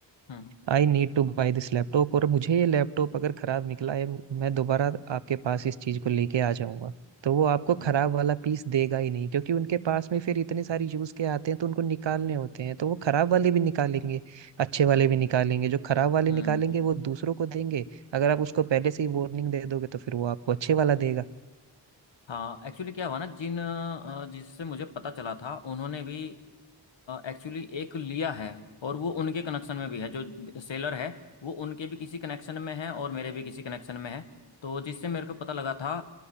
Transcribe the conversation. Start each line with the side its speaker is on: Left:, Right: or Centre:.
Left: हम्म
Right: I need to buy this laptop और मुझे ये लैपटॉप अगर खराब निकला है मैं दोबारा आपके पास इस चीज को लेके आ जाऊंगा तो वो आपको
Left: हम्म
Right: खराब वाला पीस देगा ही नहीं क्योंकि उनके पास में फिर इतने सारे यूज के आते हैं तो उनको निकालने होते हैं तो वो खराब वाले भी निकालेंगे अच्छे वाले भी निकालेंगे जो खराब वाले
Left: हम्म
Right: निकालेंगे वो दूसरों को देंगे अगर आप उसको पहले से ही वार्निंग दे दोगे तो फिर वो आपको अच्छे वाला देगा
Left: हाँ एक्चुअली क्या हुआ ना जिन अ, जिससे मुझे पता चला था उन्होंने भी एक्चुअली एक लिया है और वो उनके कनेक्शन में भी है जो सेलर है वो उनके भी किसी कनेक्शन में है और मेरे भी किसी कनेक्शन में है तो जिससे मेरे को पता लगा था